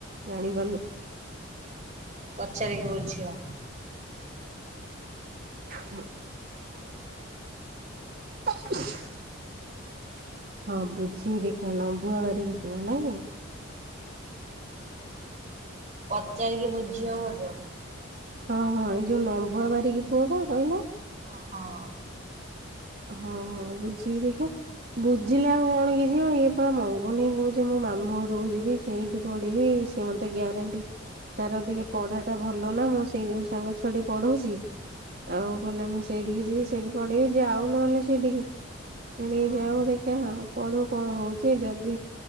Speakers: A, on the right (about 50°); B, on the right (about 35°).
A: ଜାଣିପାରୁନି।
B: ପଚାରିକି ବୁଝିବ।
A: ହୁଁ। <unintelligible> ହଁ ବୁଝିବି ଦେଖିବା ନମ୍ବୁଆ ବାରିକି ପୁଅ ନାଁ କି?
B: ପଚାରିକି ବୁଝିବ ଭାଉଜ।
A: ହଁ ହଁ ଏଇ ଯୋଉ ନମ୍ବୁଆ ବାରିକି ପୁଅ ପା କହିଲ।
B: ହଁ ହଁ।
A: ହଁ ହଁ ବୁଝିବି ଦେଖିବା ବୁଝିଲେ ଆଉ କଣ କି ଝିଅ ଇଏ ପା ମଙ୍ଗୁ ନେଇଁ କହୁଛି ମୁଁ ମାମୁଁ ଘରୁକୁ ଯିବି। ଏଇଠି ପଢ଼ିବି ସିଏ ମୋତେ ଗ୍ୟାରେଣ୍ଟି ତାର ଟିକେ ପଢ଼ାଟା ଭଲ ନା ମୁଁ ସେଇ ଯୋଉ ସାଙ୍ଗ ଛୁଆଟି ପଢ଼ଉଛି ଆଉ କହିଲା ମୁଁ ସେଇଠିକି ଯିବି ସେଠି ପଢ଼ିବି ଯାଉ ନହେଲେ ସେଇଠିକି। ହେଇଠିକି
B: ହଁ
A: ଯାଉ ଦେଖିବା ପଢ଼ୁ କଣ ହଉଛି ଯଦି